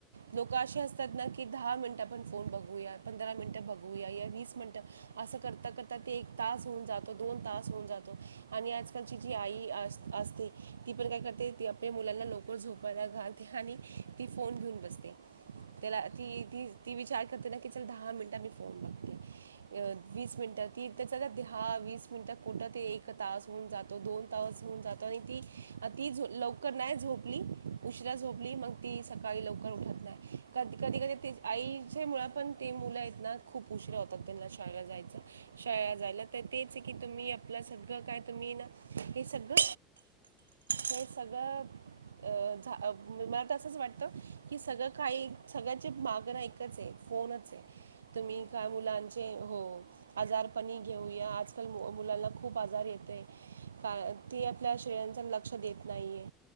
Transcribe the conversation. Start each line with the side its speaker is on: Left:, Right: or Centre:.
Left: हो.
Right: लोक असे त ना की दहा मिनिटं आपण फोन बघूया पंधरा मिनिटं बघूया या वीस मिनिटं असं करता करता ते एक तास होऊन जातो दोन तास होऊन जातो आणि आजकालची जी आई अस असते ती पण काय करते ती आपल्या मुलांना लवकर झोपायला घालते आणि ती फोन घेऊन बसते.
Left: बरोबर
Right: त्याला
Left: आहे.
Right: ती त ती विचार करते ना की चल दहा मिनिटा मी फोन बघते. अ वीस मिनिटात ती त्या हहा वीस मिनिटात कुठं ते एक तास होऊन जात त दोन तास होऊन जातो आणि ती ती लवकर नाही झोपली उशिरा झोपली मग ती सकाळी लवकर उठत नाही. कधी कधी कधी कधी ते आईच्या मुळा पण ते मुलं आहेत ना खूप उशरा होतात त्यांला शाळला जायचं.
Left: बरोबर
Right: शाळा जायला तर तेच आहे की तुम्ही आपलं सगळं काय तुम्ही ना हे सगळं हे सगळं अ झा अ मला तर असंच वाटतं की सगळं काही सगळ्याचे मागणा एकच हे फोनच आहे
Left: आहे.
Right: तुम्ही
Left: हो
Right: काय
Left: ते
Right: मुलांचे
Left: तर
Right: हो आजारपणी घेऊया आजकाल मु मुलांला खूप आजार येतेय. कारण ती आपल्या शरीरांचा लक्ष देत नाहीये.